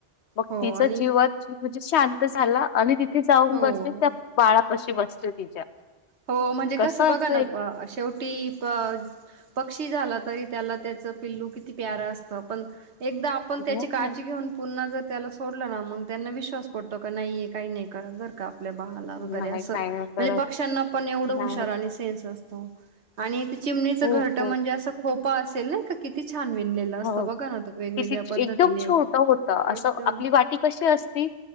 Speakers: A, on the left; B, on the right.
A: मग
B: हो
A: तिचा
B: आणि
A: जीवात जे म्हणजे शांत झाला आणि ति थे जाऊन
B: हो
A: बसली त्या बाळापाशी बसते तिच्या
B: हो म्हणजे
A: कसं
B: कस बघा
A: असं
B: ना
A: एक
B: अ शेवटी अ पक्षी झाला तरी त्याला त्याचा पिल्लू किती प्यारा असतं पण एकदा आपण
A: हो
B: त्याची काळजी घेऊन पुन्हा जर त्याला सोड ला ना मग त्यांना विश्वास पडतो का नाही काही नाही करा घर का आपल्या बा हाला वगैरे
A: नाही
B: असं
A: काय
B: म्हणजे
A: नाही करत
B: पक्ष्यांना पण एवढं हुशार
A: नाही
B: आणि सेन्स असतो. आणि ते चिमणीचं
A: खूप
B: घरटं
A: खूप
B: म्हणजे अस खोपा असेल ना. का किती छान विणलेलं असतं
A: हो
B: बघा तो वेगवेगळ्या
A: कि
B: पद्धतीने
A: एकदम छोटा होता असं
B: एकदम
A: अ आपली वाटी कशी असती